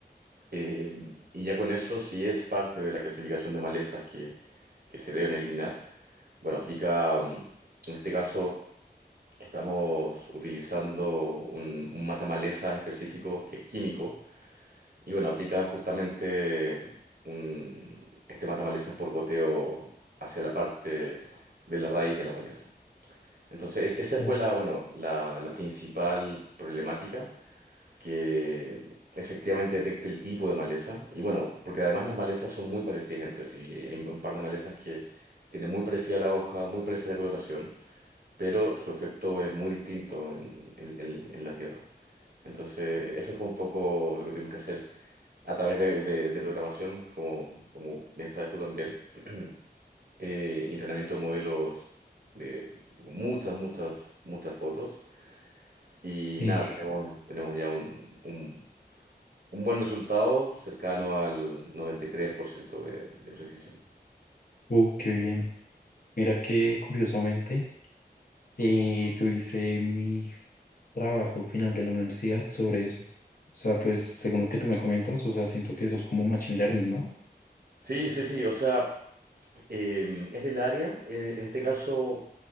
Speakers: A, on the right; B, on the left.
A: Eh, y ya con eso, si es parte de la clasificación de malezas que, que se deben eliminar, bueno, aplica, mm, en este caso, estamos utilizando un, un matamalezas específico que es químico Y bueno, aplica justamente un, este malezas por goteo hacia la parte de la raíz de la maleza. Entonces, es- esa
B: Mm.
A: fue la, bueno, la, la principal problemática, que efectivamente detecte el tipo de maleza. Y bueno, porque además las malezas son muy parecidas entre sí. Hay un par de malezas que tienen muy parecida la hoja, muy parecida la coloración, pero su efecto es muy distinto en en- en- en la tierra. Entonces, eso fue un poco lo que tuvimos que hacer a través de, de- de programación, como, como bien sabes tú también, <clears throat> eh, y entrenamiento de modelos de muchas, muchas, muchas fotos. Y
B: Eh,
A: nada, tenemos, tenemos ya un, un- un buen resultado cercano al 93% de, de precisión.
B: uh, qué bien. Mira que curiosamente. Eh, yo hice mi trabajo final de la universidad sobre eso. O sea, pues según lo que tú me comentas, o sea, siento que eso es como machine learning, ¿no?
A: Sí, sí, sí, o sea, Eh, es del área. eh, en este caso,